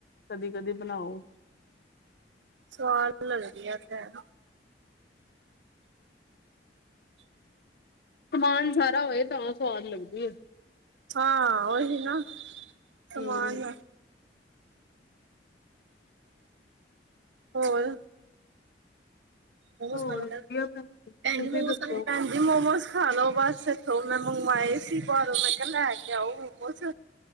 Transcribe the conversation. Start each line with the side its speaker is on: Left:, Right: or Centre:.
Left: ਕਦੀ-ਕਦੀ ਬਣਾਓ।
Right: ਸਵਾਲ ਲੱਗਦੀ ਆ ਭੈਣ।
Left: ਸਮਾਨ ਸਾਰਾ ਹੋਏ ਤਾਂ ਸਵਾਦ ਲੱਗਦੀ ਏ।
Right: ਹਾਂ ਓਹੀ ਨਾ ਸਮਾਨ
Left: ਹਮ।
Right: ਹੋਰ ਬਹੁਤ
Left: ਹੋਰ
Right: ਸਾਲ ਹੋ
Left: ਵਧੀਆ
Right: ਗਏ,
Left: ਭੈਣ ਤੁਸੀਂ
Right: ਭੈਣ ਜੀ ਬਹੁਤ
Left: ਦੱਸੋ?
Right: ਸਾਲ <unintelligible> ਮੋਮੋਸ ਖਾ ਲਓ ਬਸ ਇਥੋਂ ਮੈਂ ਮੰਗਵਾਏ ਸੀ ਬਾਰੋਂ ਮੈਂ ਕਿਹਾ ਲੈ ਕੇ ਆਓ ਮੋਮੋਸ।